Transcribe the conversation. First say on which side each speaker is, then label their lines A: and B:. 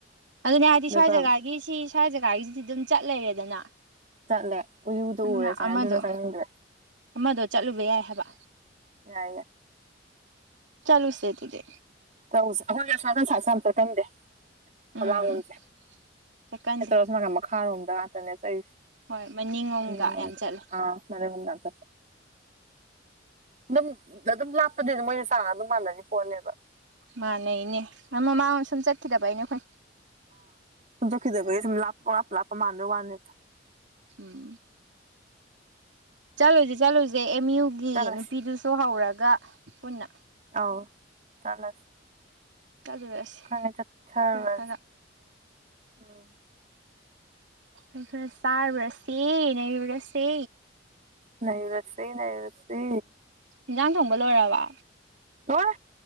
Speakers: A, on the right; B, on the right.
A: ꯑꯗꯨꯅꯦ ꯍꯥꯏꯗꯤ
B: ꯑꯗꯨꯒ
A: ꯁ꯭ꯋꯥꯏ ꯖꯒꯥꯒꯤꯁꯤ ꯁ꯭ꯋꯥꯏ ꯖꯒꯥꯒꯤꯁꯤꯗꯤ ꯑꯗꯨꯝ ꯆꯠ ꯂꯩꯔꯦꯗꯅ
B: ꯆꯠꯂꯦ ꯎꯌꯨꯗꯣ
A: ꯑꯗꯨꯅ
B: ꯎꯔꯦ ꯁꯨꯃꯥꯏꯅ
A: ꯑꯃꯗꯣ
B: ꯑꯗꯨꯅ ꯆꯪꯅꯤꯡꯗ꯭ꯔꯦ
A: ꯑꯃꯗꯣ ꯆꯠꯂꯨꯕ ꯌꯥꯏ ꯍꯥꯏꯕ
B: ꯒꯦ
A: ꯆꯂꯨꯁꯦ ꯇꯨꯗꯦ
B: ꯇꯧꯁꯦ ꯑꯩꯈꯣꯏ ꯑꯁꯥ ꯀꯟꯁꯥꯁꯨ ꯌꯥꯝ ꯆꯠꯀꯟꯗꯦ
A: ꯎꯝ
B: ꯃꯃꯥꯡꯂꯣꯝꯁꯦ
A: ꯆꯠꯀꯟꯗꯦ
B: ꯍꯦ ꯇꯔꯣꯁ ꯅꯥꯀꯟ ꯃꯈꯥꯔꯣꯝꯗ ꯉꯥꯛꯇꯅꯦ ꯆ ꯑꯩꯁꯦ
A: ꯍꯣꯏ ꯃꯅꯤꯡꯂꯣꯝꯒ
B: ꯃꯅꯤꯗ
A: ꯌꯥꯝ ꯆꯠꯂꯦ
B: ꯑ ꯃꯅꯤ ꯃ ꯆꯄ ꯑꯗꯨꯝ ꯑꯗꯨꯝ ꯂꯥꯞꯄꯗꯒꯤꯅꯦ ꯃꯣꯏꯁ ꯆꯥꯡꯅ ꯑꯗꯨꯝ ꯃꯥꯟꯅꯔꯤ ꯄꯣꯠꯅꯦꯕ
A: ꯃꯥꯥꯟꯅꯩꯅꯦ ꯑꯃꯃꯥꯡ ꯑꯃ ꯁꯨꯝ ꯆꯠꯈꯤꯗꯕ ꯑꯅꯦ ꯑꯩꯈꯣꯏ
B: ꯗꯣ ꯀꯗ ꯂꯄ ꯂꯄ ꯃꯥꯅꯂꯣ ꯃꯥꯅꯤ
A: ꯎꯝ ꯆꯠꯂꯨꯁꯦ ꯆꯠꯂꯨꯁꯦ ꯑꯦꯝ ꯌꯨꯒꯤ
B: ꯆꯠꯂꯁꯤ
A: ꯅꯨꯄꯤꯗꯨꯁꯨ ꯍꯧꯔꯒ ꯄꯨꯟꯅ
B: ꯑꯥꯎ ꯆꯂꯁ
A: ꯆꯠꯂꯨꯔꯁꯤ
B: ꯈꯪꯉ ꯆꯠ ꯆꯔ
A: ꯑꯩꯈꯣꯏ ꯈꯔ
B: ꯎꯝ
A: ꯑꯩꯣꯏ ꯈꯔ ꯆꯥꯔꯨꯔꯁꯦ ꯅꯔꯨꯨꯔꯁꯦ
B: ꯅꯩꯔꯁꯤ ꯅꯩꯔꯁꯤ
A: ꯏꯟꯖꯥꯡ ꯊꯣꯡꯕ ꯂꯣꯏꯔꯕ
B: ꯂꯣꯏ